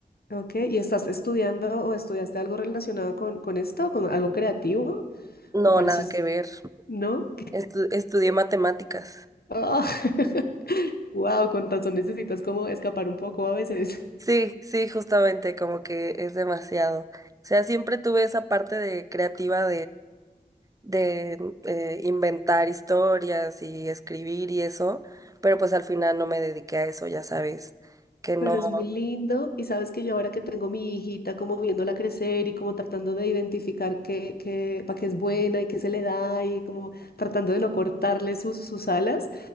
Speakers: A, on the left; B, on the right.
A: Ok. ¿Y estás estudiando o estudiaste algo relacionado con, con esto, con algo creativo?
B: No,
A: Me pareces,
B: nada que ver.
A: ¿no?
B: Estu- estudié matemáticas.
A: <laughs> Oh. <laughs> Wow, con razón necesitas como escapar un poco a veces.
B: Sí, sí, justamente como que es demasiado. O sea, siempre tuve esa parte de creativa de eh, inventar historias y escribir y eso, pero pues al final no me dediqué a eso, ya sabes, que no,
A: Pero es muy lindo y sabes que yo ahora que tengo mi hijita como viéndola crecer y como tratando de identificar qué, qué, para qué es buena y qué se le da y como tratando de no cortarle sus, sus alas,